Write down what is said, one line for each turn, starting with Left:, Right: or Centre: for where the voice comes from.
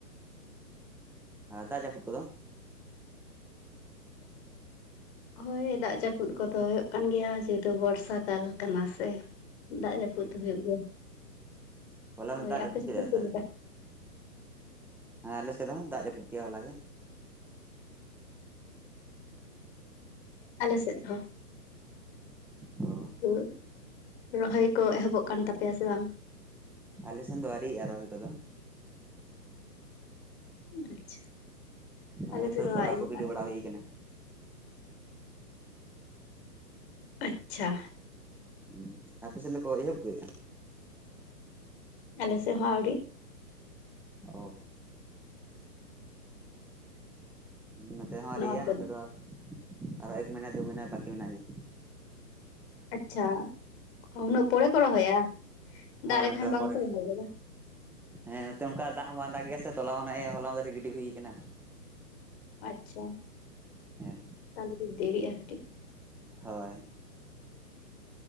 Centre: ᱟ ᱟ ᱫᱟᱜ ᱡᱟᱯᱩᱜ ᱠᱚᱫᱚ ᱦ <inaudible>
Left: ᱦᱳᱭ ᱫᱟᱜ ᱡᱟᱯᱩᱫ ᱠᱚᱫᱚ ᱦᱩᱭᱩᱜ ᱠᱟᱱ ᱜᱮᱭᱟ ᱡᱮᱛᱳ ᱵᱚᱨᱥᱟ ᱠᱟᱞ ᱠᱟᱱᱟ ᱥᱮ ᱫᱟᱜ ᱡᱟᱹᱯᱩᱫ ᱦᱩᱭᱩᱜ ᱜᱮᱭᱟ
Centre: ᱦᱚᱞᱟᱱᱚᱜ
Left: ᱦᱳᱭ
Centre: ᱫᱟᱜ
Left: ᱟᱯᱮ
Centre: ᱡᱟᱯᱩᱜ
Left: ᱥᱮᱫ
Centre: ᱠᱮᱫᱟ
Left: ᱫᱚ ᱪᱮᱫ ᱞᱮᱠᱟ
Centre: <inaudible> ᱦᱮᱸ ᱟᱞᱮ ᱥᱮᱫ ᱦᱚᱸ ᱫᱟᱜ ᱡᱟᱹᱯᱩᱫ ᱠᱮᱜᱟᱭ ᱦᱚᱞᱟ ᱜᱮ᱾
Left: ᱟᱞᱮ ᱥᱮᱫ ᱫᱚ
Centre: ᱚ
Left: ᱛᱚ <inaudible> ᱨᱚᱦᱚᱭ ᱠᱚ ᱮᱦᱚᱵᱚᱜ ᱠᱟᱱ ᱛᱟᱯᱮᱭᱟ ᱥᱮ ᱵᱟᱝ
Centre: ᱟᱞᱮ ᱥᱮᱱ ᱫᱚ ᱟᱨᱤᱭᱜᱼᱟ ᱨᱚᱦᱚᱭ ᱠᱚᱫᱚ
Left: ᱟᱪᱪᱷᱟ
Centre: ᱱᱮᱜᱮ
Left: ᱟᱞᱮ ᱥᱮᱫ
Centre: ᱛᱚ
Left: ᱦᱚᱸ
Centre: ᱚᱞᱟ
Left: ᱟᱣᱨᱤᱭᱟᱜᱼᱟ
Centre: ᱠᱚ ᱜᱤᱰᱤ ᱵᱟᱲᱟ ᱦᱩᱭ ᱠᱟᱱᱟ
Left: ᱟᱪᱪᱷᱟ
Centre: ᱩ ᱟᱯᱮ ᱥᱯᱮᱥᱮᱱ ᱫᱚᱠᱚ ᱮᱦᱚᱵ ᱠᱮᱜᱼᱟ
Left: ᱟᱞᱮᱥᱮᱜ ᱦᱚᱸ ᱟᱹᱣᱨᱤ
Centre: ᱚᱦ ᱱᱚᱛᱮ ᱦᱚᱸ ᱟᱣᱨᱤ
Left: ᱱᱚᱜᱼᱚᱭ
Centre: ᱭᱟᱜᱟ
Left: ᱛᱚ
Centre: ᱱᱚᱛᱮ ᱫᱚ ᱟᱨᱚ ᱮᱠ ᱢᱟᱦᱱᱮ ᱫᱩ ᱢᱟᱦᱱᱮ ᱵᱟᱠᱤ ᱢᱮᱱᱟᱜ ᱜᱮᱭᱟ
Left: ᱟᱪᱪᱷᱟ ᱩᱱᱟᱹᱜ ᱯᱚᱨᱮ ᱠᱚ ᱨᱚᱦᱚᱭᱟ
Centre: ᱦᱚᱭ
Left: ᱫᱟᱜ ᱞᱮᱠᱷᱟᱱ
Centre: ᱱᱚᱛᱮ ᱫᱚ
Left: ᱵᱟᱝᱠᱚ
Centre: ᱯᱚᱨᱮ
Left: ᱨᱚᱦᱚᱭ ᱜᱚᱫᱟ
Centre: ᱦᱮᱸ ᱱᱚᱛᱮ ᱚᱱᱠᱟ ᱫᱟᱜ ᱦᱚ ᱵᱟᱝ ᱫᱟᱜ ᱜᱮᱜᱟ ᱥᱮ ᱛᱚᱞᱟ ᱦᱚᱸ ᱱᱮᱜᱮ ᱦᱚᱞᱟ ᱢᱟᱫᱮᱨ ᱜᱤᱰᱤ ᱦᱩᱭᱠᱟᱱᱟ
Left: ᱟᱪᱪᱷᱟ
Centre: ᱦᱮᱸ
Left: <unintelligible> ᱫᱤᱨᱤ-ᱟ ᱠᱟᱹᱴᱤᱡ
Centre: ᱦᱳᱭ